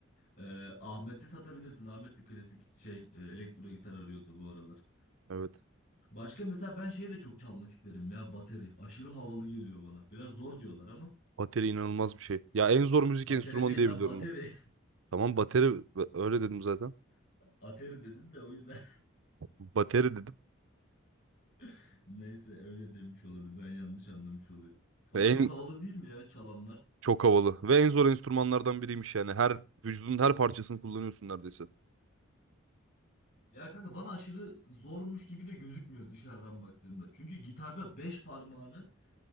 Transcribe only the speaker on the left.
Ee, Ahmet'e satabilirsin. Ahmet de klasik şey e, elektro gitar arıyordu bu aralar.
Başka mesela ben şeyi de çok çalmak isterim ya bateri. Aşırı havalı geliyor bana. Biraz zor diyorlar ama.
Ateri
değil
lan
bateri.
<laughs> Ateri dedin de o yüzden.
<laughs> Neyse öyle demiş oluyordu. Ben yanlış anlamış oluyorum. Ama
çok
havalı değil mi ya çalanlar?
Ya kanka bana aşırı zormuş gibi de gözükmüyor dışarıdan baktığında. Çünkü gitarda 5 parmağının